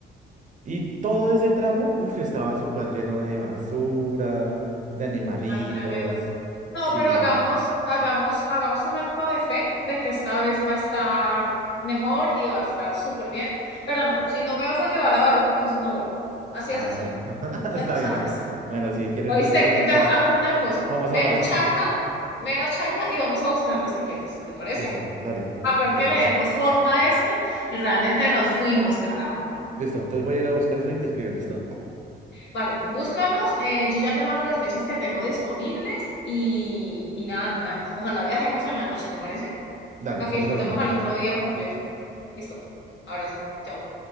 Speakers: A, on the right; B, on the left.
A: Y todo ese tramo, uff, estaba súper lleno de basura, de animalitos.
B: Ay, tremendo. No,
A: Sí.
B: pero hagamos, hagamos, hagamos un acto de fe de que esta vez va a estar mejor y va a estar súper bien. Pero no, si no me vas a llevar a Barú, entonces no voy. Así
A: Ay,
B: de sencillo.
A: bueno, <laughs>
B: Ya
A: está
B: tú sabrás.
A: bien, sí. Bueno, si quiero
B: ¿Oíste?
A: ir contigo, entonces
B: Entonces hagamos una cosa.
A: vamos
B: Menos
A: a Baro.
B: charla, menos charla y vamos a buscar los tiquetes.
A: <laughs>
B: ¿Te parece?
A: Listo, dale,
B: A ver
A: me
B: que le
A: parece.
B: demos forma a esto y realmente nos fuimos, carajo.
A: Listo, entonces voy a ir a buscar eso y te escribo, ¿listo?
B: Vale, búscalos. eh, yo ya te mando las fechas que tengo disponibles y, y nada, miramos. Ojalá viajemos en la noche, ¿te parece?
A: Dale,
B: para
A: estamos
B: que disfrutemos
A: hablando.
B: al otro día completo. Listo. Abrazo. Chao.